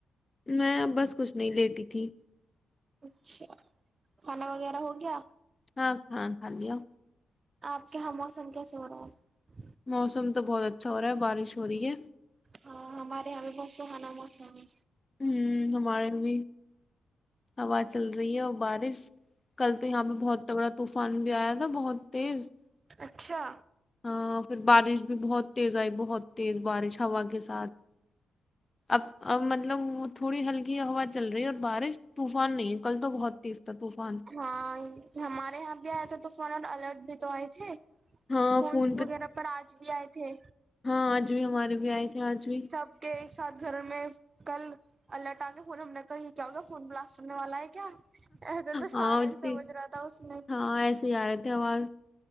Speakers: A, on the left (about 35°); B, on the right (about 45°).
A: میں اب بس کچھ نہیں لیٹی تھی
B: اچھا کھانا وغیرہ ہو گیا
A: ہاں کھانا کھا لیا
B: آپ کے یہاں موسم کیسے ہو رہا ہے
A: موسم تو بہت اچھا ہو رہا ہے بارش ہو رہی ہے
B: ہاں ہمارے یہاں بھی بسوں کانا موسم ہے
A: ہ ہمارے بھی ہوا چل رہی ہے اور بارش کل تو یہاں پہ بہت تگڑا طوفان بھی آیا تھا بہت تیز
B: اچھا
A: ہاں پھر بارش بھی بہت تز آئی بہت تز بارش ہوا کے ساتھ ابب مطلب وہ تھوڑی ہلکی ہوا چل رہی ہے اور بارش طوفان نہیں ہے کل تو بہت تیز تھا طوفان
B: ہاں ہمارے یہاں بھی آیا تھا تو فن اور الرٹ تو آئے تھے
A: ہاں
B: فونس
A: فون پہ
B: وغیرہ پر آج بھی آئے تھے
A: ہاں آج بھی ہمارے بھی آئے تھے آج بھی
B: سب کے ساتھ گھر میں کل الرٹ آ گے فون ہم نے کا یہ کیا ہوگیا فون بلاسٹ ہونے والا ہے کیا ایسا تو
A: ہاں
B: سہارن
A: اتنی-
B: س بج رہا تھا اس میں
A: ہاں ایسے ہی آ رہے تھے آواز